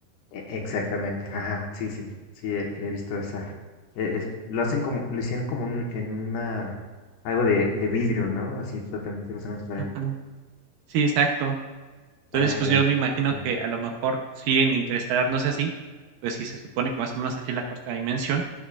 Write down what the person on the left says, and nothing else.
E- exactamente, ajá, sí, sí, sí, he, he visto esa. e- es- lo hacen como, lo hicieron como un- en una, algo de, de vidrio, ¿no? Así totalmente transparente.
Ah,
ya.
ajá,